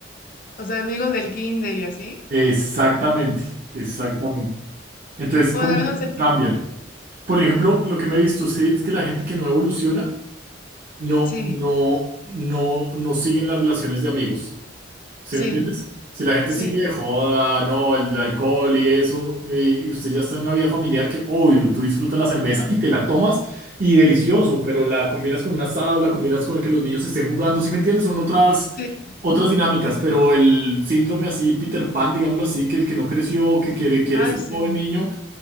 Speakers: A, on the left (about 45°); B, on the right (about 45°).
A: O sea, amigos del kinder y así.
B: Exactamente, exactamente. Entonces,
A: Bueno,
B: ¿cómo
A: al menos se tiene.
B: cambian? Por ejemplo, lo que me he visto sí, es que la gente que no evoluciona no,
A: Sí,
B: no, no, no siguen las relaciones de amigos. ¿Sí
A: sí,
B: me entiendes? Si la gente
A: sí.
B: sigue de joda, no, el alcohol y eso, eh, y usted ya está en una vida familiar que, obvio, tú disfrutas la cerveza y te la tomas y delicioso, pero la combinas con un asado, la combinas con que los niños estén jugando, ¿sí me entiendes? Son otras,
A: Sí.
B: otras dinámicas, pero el síndrome así, Peter Pan, digámoslo así, que el que no creció, que quiere, quiere
A: Ay,
B: ser
A: sí.
B: joven niño,